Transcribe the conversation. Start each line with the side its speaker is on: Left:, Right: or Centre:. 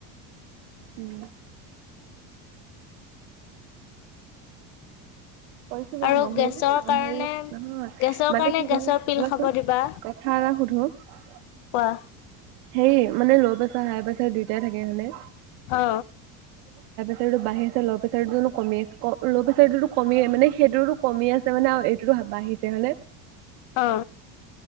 Right: উম কৈছো বাৰু
Left: আৰু
Right: নহৰু
Left: গেছৰ
Right: নহৰু,
Left: কাৰণে
Right: নহয়
Left: গেছৰ
Right: মানে
Left: কাৰণে
Right: কি
Left: গেছৰ
Right: কয়
Left: পিল
Right: কবাচোন।
Left: খাব দিবা
Right: কথা এটা শুধু? সুধো।
Left: কোৱা?
Right: এই মানে ল' প্ৰেচাৰ, হাই প্ৰেছাৰ দুয়োটাই থাকে মানে
Left: অ।
Right: তোৰ এইটো বাঢ়িছে, ল' প্ৰেছাৰ নো কমি আছে, ল' প্ৰেছাৰ তো কমিয়ে মানে সেইটোতো কমি আছে মানে আও এইটো বাঢ়িছে হয়নে?
Left: অ